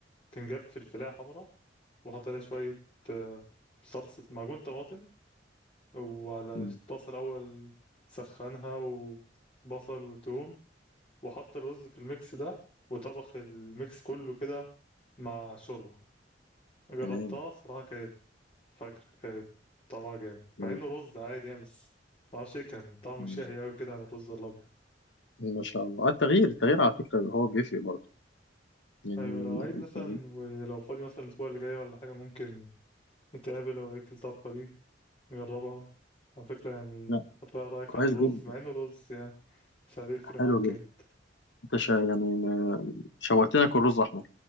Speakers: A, on the left; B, on the left.
A: كان جاب فلفلاية حمرا وأحط عليها شوية آه، صلصة معجون طماطم وعلى
B: مم.
A: الطاسة الأول سخنها وبصل وتوم وأحط الرز في الميكس ده وطبخ الميكس كله كده مع شوربة جربتها
B: تمام
A: صراحة كانت فجر كانت طعمها جامد مع
B: مم.
A: انه رز عادي يعني بس معرفش ايه كان طعمه
B: مم.
A: شهي اوي كده عن الرز الابيض
B: ما شاء الله آه، التغيير التغيير على فكرة هو بيفرق برضه يعني
A: ايوه لو عايز مثلا
B: يعني-
A: ولو فاضي مثلا الاسبوع اللي جاي ولا حاجة ممكن نتقابل اوريك الطبخة دي جربها على فكرة يعني
B: لا
A: هتغير رأيك
B: كويس
A: عن الرز
B: جدا
A: مع انه رز يعني بس هتفرق
B: حلو
A: معاك
B: جدا
A: جامد
B: انت شا يعني ما- شوقتني اكل رز احمر